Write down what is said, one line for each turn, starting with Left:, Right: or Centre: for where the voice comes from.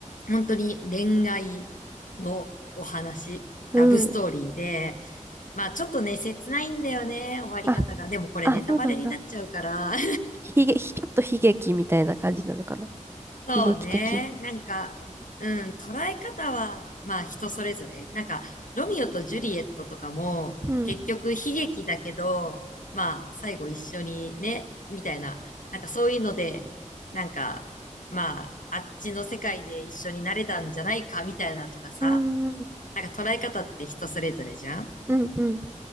Left: 本当に恋愛のお話、
Right: う。
Left: ラブストーリーで、
Right: うん。
Left: まあちょっとね、切ないんだよね、終わり方が。
Right: あ、
Left: でもこれネタバレになっちゃうから。
Right: あ、そうなんだ。
Left: <laughs>
Right: ひげ、ひちょっと悲劇みたいな感じなのかな。
Left: そうね。
Right: 悲劇的。
Left: なんか、うん、捉え方は、まあ人それぞれ。なんか、ロミオとジュリエットとかも、
Right: うん。
Left: 結局悲劇だけど、まあ最後一緒にね、みたいな。なんかそういうので、なんか、まあ、あっちの世界で一緒になれたんじゃないか、みたいなとかさ。
Right: うん、うん、
Left: なんか捉え方って人それぞれじゃん
Right: うん、うん。